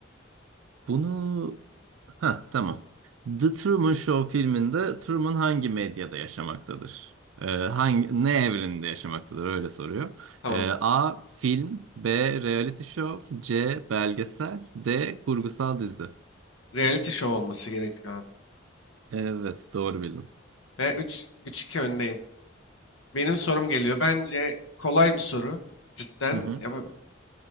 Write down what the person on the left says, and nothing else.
Tamam.
Reality show olması gerekiyor abi.
Ve 3 3-2 öndeyim. Benim sorum geliyor. Bence kolay bir soru. Cidden
yapabilir.